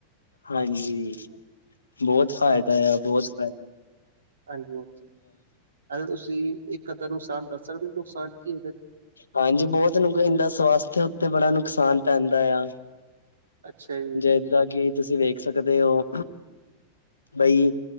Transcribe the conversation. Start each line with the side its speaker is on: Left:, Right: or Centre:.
Left: ਹਾਂਜੀ, ਬਹੁਤ ਫਾਇਦਾ ਆ ਬਹੁਤ ਫਾ
Right: ਹਾਂਜੀ-ਹਾਂਜੀ, ਪਹਿਲੇ ਤੁਸੀਂ ਇ ਇੱਕ ਅੱਧਾ ਨੁਕਸਾਨ ਦੱਸ ਸਕਦੇ ਵੀ ਨੁਕਸਾਨ ਕੀ ਇਹਦਾ?
Left: ਹਾਂਜੀ ਬਹੁਤ ਨੂੰ ਕਹਿੰਦਾ ਸਵਾਸ ਦੇ ਉੱਤੇ ਬੜਾ ਨੁਕਸਾਨ ਪੈਂਦਾ ਆ।
Right: ਅੱਛਾ ਜੀ।
Left: ਜੇ ਇਦਾਂ ਗੀਤ ਤੁਸੀਂ ਵੇਖ ਸਕਦੇ ਹੋ, ਬਈ